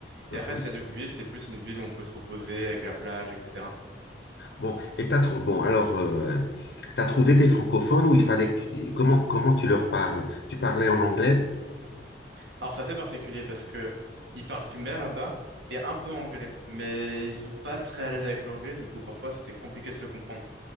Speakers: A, on the left (about 70°); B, on the right (about 80°).
A: Mhm.
B: Et après, s'il y a Deauville, c'est plus une ville où on peut se reposer avec la plage, etc.
A: Bon, et t'as trou- bon alors euh, t'as trouvé des francophones où il fallait que tu- comment comment tu leur parles? Tu parlais en anglais?
B: Alors, c'est assez particulier parce que ils parlent khmer là-bas et un peu anglais, mais ils sont pas très à l'aise avec l'anglais, du coup, parfois, c'était compliqué de se comprendre.